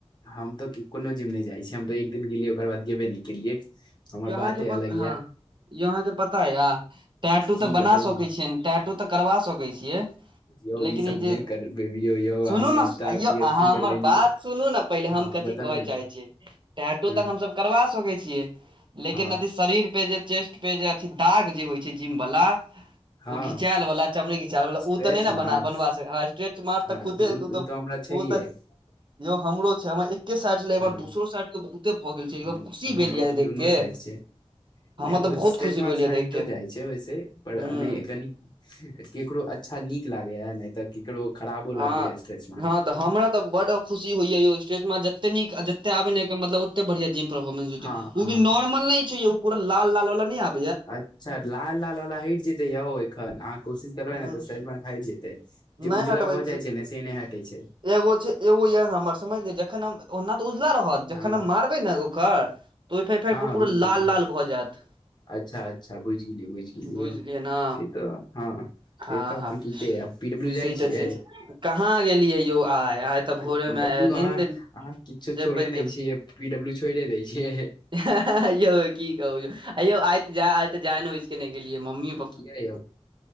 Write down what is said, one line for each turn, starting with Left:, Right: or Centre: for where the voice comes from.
Left: हम तऽ कोनो जिम नहि जाइ छी हम तऽ एक दिन गेलियै ओकर बाद गेबे नहि केलियै हमर
Right: यौ अहाँ
Left: बाते
Right: के पत
Left: अलग
Right: हंँ
Left: य
Right: यौ अहाँ के पता ये टैटू
Left: की
Right: तऽ
Left: बतबिय
Right: बना सकै छियै ने टैट ओ तऽ करबा सकै छियै
Left: यौ
Right: लेकिन
Left: सब
Right: ई जे
Left: नहि करबेबियौ यौ
Right: सुनू
Left: अहाँ एकटा
Right: ने आइयौ
Left: पियरसिंग
Right: अहाँ
Left: करबेलियै
Right: हमर बात सुनू न पहिले
Left: हँ
Right: हम कथी
Left: बतबियौ
Right: कहै
Left: ने
Right: चाहै छी टैंटु
Left: हँ
Right: तऽ हमसब करबा सकै छियै लेकिन
Left: हँ
Right: अथी शरीर पे जे चेस्ट पे जे अथी दाग जे होइ छै जिम बाला
Left: हँ
Right: ओ घिचायल वला चमड़ी घिचायल बला
Left: स्ट्रेच
Right: ओ तऽ नहि ने
Left: मार्क्स
Right: बना बनबा सकै हँ स्ट्रेच मार्क
Left: हँ
Right: तऽ खुदे ओ
Left: उ
Right: तऽ
Left: हमरा
Right: ओ तऽ
Left: <inaudible>
Right: यौ हमरो छै हमरा एके साइड नै केवल
Left: हँ
Right: दोसरो साइड के बहुते भए गेल छै एकदम
Left: हम
Right: खुशी
Left: हमर
Right: भेल ये
Left: तऽ
Right: ने देख
Left: दुनू
Right: के
Left: साइड <inaudible> नहि
Right: हमर तऽ
Left: ओ
Right: बहुत
Left: स्ट्रेच
Right: खुशी
Left: मार्क
Right: भेल ये
Left: हइटो
Right: देख के
Left: जाइ छै वैसे पर
Right: हूँ
Left: नहि कनी ककरो अच् अच्छा नीक लागे ये नहि तऽ केकरो खराबो
Right: हँ
Left: लागैये स्ट्रेच मार्क
Right: हँ तऽ हमरा तऽ बड्ड खुशी होइये यौ स्टेच मार्क जते नीक जते आबे ने ओइके मतलब ओते बढ़ियाँ जिम तऽ मिल जैतै
Left: हँ
Right: हो ओ भी नॉर्मल नहि छै यौ ओ पूरा लाल लाल वाला नहि आबै
Left: अच्छा लाल लालवला हटि जेतै यौ एखन अहाँ कोशिश करबै
Right: ह
Left: ने तऽ स्ट्रेच मार्क हटि जेतै जे
Right: नहि
Left: उजला
Right: हटबै
Left: भऽ जाइत छै ने से नहि हटै छै
Right: एगो छै एगो ये हमर समझलिये जखन हम ओना तऽ उजला रहत
Left: हँ
Right: जखन हम मारबै नै एगो कऽ तऽ ओ फेर फेर
Left: हँ
Right: पूरा
Left: बुझि गेलियै
Right: लाल लाल भऽ जैत
Left: अच्छा अच्छा बूझि गेलियै बूझि गेलियै
Right: बुझलियै ने
Left: से तऽ हँ से
Right: हँ
Left: तऽ अपन
Right: हँ
Left: ठीके ये आब पी डब्ल्यू जाइ
Right: से तऽ
Left: छियै
Right: छै कहाँ गेलियै यौ आइ आइ तऽ
Left: आइ
Right: भोरे
Left: पी
Right: मे
Left: डब्लू
Right: नींद
Left: अहाँ अहाँ किछो
Right: जबै
Left: छोड़े
Right: जेबै
Left: नहि छियै पी डब्लू छोइड़े दै छियै
Right: <unintelligible> यौ की कहु यौ अयौ आइ तऽ जाइन आइ तऽ जाइन बुझि कऽ नै गेलिए मम्मी
Left: किये यौ